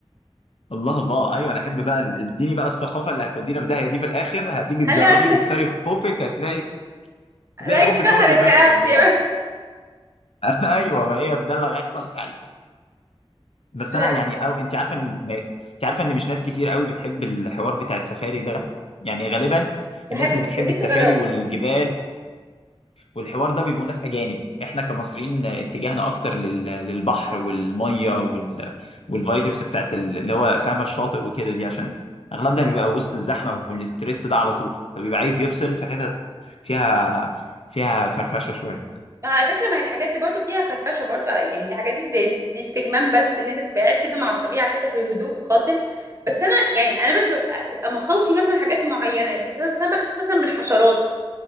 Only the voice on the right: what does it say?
لا
<laughs>
لا
كسرت
رقبتي
لا
بحبه
جدا
نفسي
اجربه
ما على فكرة ما هي الحاجات دي برضو فيها فرفشة برضو يعني الحاجات دي, دي, دي استجمام بس ان انت تبقى قاعد كده مع الطبيعة كده في هدوء قاتل بس انا يعني انا بس ببقى تبقى مخاوفي مثلا حاجات معينة يعني مثلا أنا بخاف مثلا من الحشرات